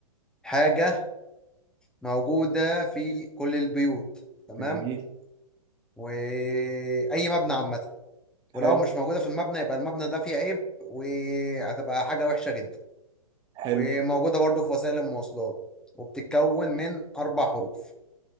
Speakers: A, in the centre; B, on the right (about 25°).
A: حاجة موجودة في كل البيوت تمام
B: جميل
A: وأي مبنى عامة ولو
B: حلو
A: مش موجودة في المبنى يبقى المبنى ده فيه عيب وهتبقى حاجة وحشة جدا
B: حلو
A: وموجودة برضو في وسائل المواصلات وبتتكون من أربع حروف